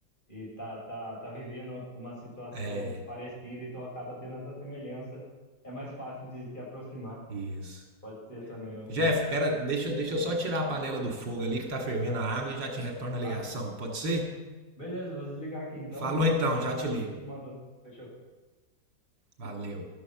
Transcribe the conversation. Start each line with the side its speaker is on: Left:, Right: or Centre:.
Left: e tá, tá, tá vivendo uma situação
Right: É,
Left: parecida, então acaba tendo essa semelhança. É mais fácil de se aproximar,
Right: isso.
Left: pode ser também um.
Right: Jeff, pera, deixa, deixa eu só tirar a panela do fogo ali que tá fervendo a água e já te retorno a
Left: Ah,
Right: ligação, pode ser?
Left: beleza, vou desligar aqui então,
Right: Falou
Left: aí você
Right: então, já te ligo.
Left: você me manda. Fechou.
Right: Valeu.